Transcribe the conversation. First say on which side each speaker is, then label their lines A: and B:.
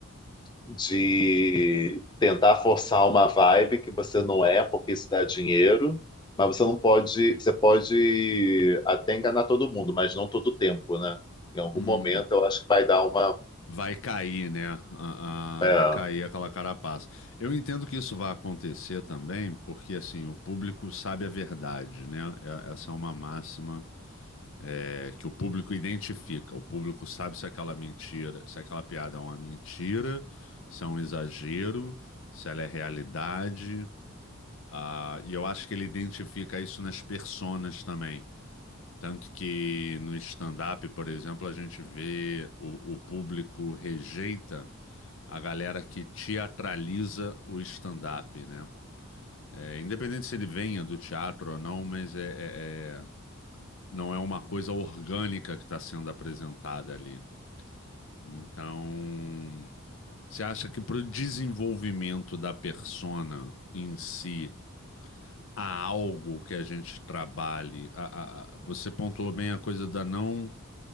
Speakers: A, on the left; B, on the left.
A: de tentar forçar uma vibe que você não é, porque isso dá dinheiro, mas você não pode, você pode até enganar todo mundo, mas não todo o tempo, né? Em algum
B: Hum.
A: momento eu acho que vai dar uma.
B: Vai cair, né? a-
A: é,
B: a- vai cair aquela carapaça. Eu entendo que isso vai acontecer também, porque assim, o público sabe a verdade, né? É- Essa é uma máxima, é, que o público identifica. O público sabe se aquela mentira, se aquela piada é uma mentira, se é um exagero, se ela é realidade. Ah, e eu acho que ele identifica isso nas personas também. Tanto que no stand-up, por exemplo, a gente vê o o público rejeita a galera que teatraliza o stand-up, né? É, independente se ele venha do teatro ou não, mas é, é- é- não é uma coisa orgânica que está sendo apresentada ali. Então, você acha que para o desenvolvimento da persona em si, há algo que a gente trabalhe? A- a- a- você pontuou bem a coisa da não